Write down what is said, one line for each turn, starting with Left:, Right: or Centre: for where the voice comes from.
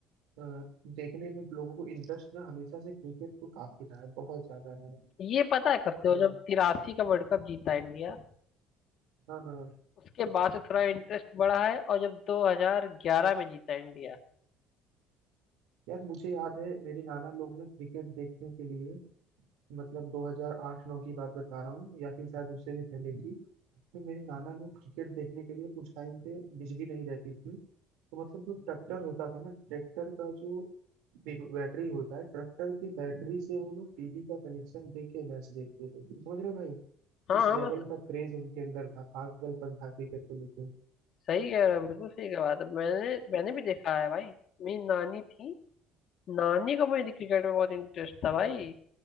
Right: अ, देखने में लोगों को इंटरेस्ट ना हमेशा से क्रिकेट को काफी रहा है बहुत ज्यादा रहा है
Left: ये पता है कब से हो जब
Right: अ,
Left: तिरासी का वर्ल्ड कप जीता इंडिया
Right: हाँ हाँ
Left: उसके बाद से थोड़ा इंटरेस्ट बढ़ा है और जब 2011 में जीता इंडिया
Right: यार मुझे याद है मेरे नाना लोग ना क्रिकेट देखने के लिए मतलब 2008-9 की बात बता रहा हूँ या फिर शायद उससे भी पहले की तो मेरे नाना लोग क्रिकेट देखने के लिए उस टाइम पे बिजली नहीं रहती थी तो मतलब जो ट्रैक्टर होता था ना ट्रैक्टर का जो बैटरी होता है ट्रैक्टर की बैटरी से वो लोग टीवी का कनेक्शन दे के मैच देखते थे तुम समझ रहे हो भाई
Left: हाँ
Right: किस
Left: हाँ
Right: लेवल
Left: मैं
Right: का क्रेज उनके अंदर था पागलपन था क्रिकेट को लेकर
Left: सही कह रहा बिल्कुल सही कह बात है मैंने मैंने भी देखा है भाई मेरी नानी थी नानी को मेरी क्रिकेट में बहुत इंटरेस्ट था भाई